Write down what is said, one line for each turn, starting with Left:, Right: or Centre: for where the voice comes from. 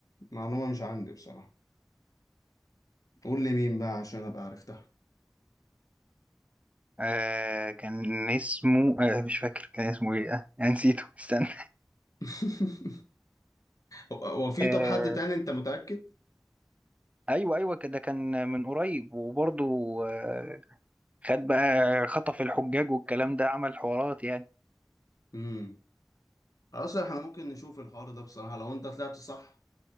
Left: معلومة مش عندي بصراحة قول لي مين بقى عشان ابقى عرفتها
Right: آه كان اسمه آه مش فاكر كان اسمه إيه آه أنا نسيته استنى
Left: <laughs> هو هو في
Right: آه
Left: طب حد تاني انت متأكد؟
Right: ايوه ايوه كده كان من قريب وبرضه آه، خد بقى خطف الحجاج والكلام ده عمل حوارات يعني
Left: امم اصل احنا ممكن نشوف الحوار ده بصراحة لو انت طلعت صح